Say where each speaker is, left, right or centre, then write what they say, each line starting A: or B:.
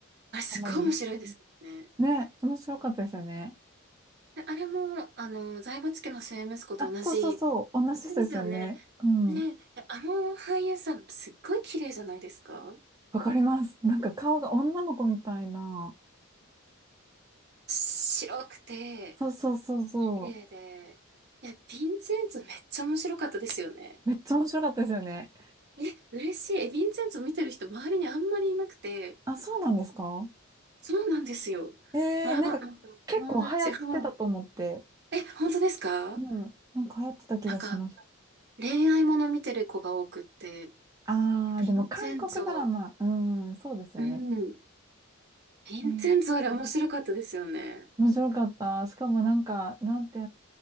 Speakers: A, on the right (about 50°); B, on the right (about 15°).
A: あれ、すっごい面白いですよね。
B: ハマります。ね、面白かったですよね。
A: であれも、あの、財閥家の末息子と同じ。
B: あ、そうそうそう、同じ人ですよね。
A: ですよね。
B: うん。
A: ねえ、あの俳優さん、すっごい綺麗じゃないですか
B: わかります。なんか顔が女の子みたいな。
A: 白くて、
B: そうそうそうそう。
A: 綺麗で。いや、ヴィンセンツめっちゃ面白かったですよね。
B: めっちゃ面白かったですよね。
A: え、嬉しい。え、ヴィンセンツ見てる人周りにあんまりいなくて。
B: あ、そうなんですか
A: そうなんですよ。
B: えー、
A: まあ、
B: なんか結構流行ってたと思って。
A: なんか友達、うん。え、本当ですか
B: うん。なんか流行ってた気がします。
A: なんか、恋愛もの見てる子が多くって、ヴ
B: あー、でも韓国ドラマ、
A: ィンセンツォ、
B: うん、そうですよね。
A: うん。ヴィンセンツォあれ面白かったですよね。
B: えー面白かった。しかもなんか、なんて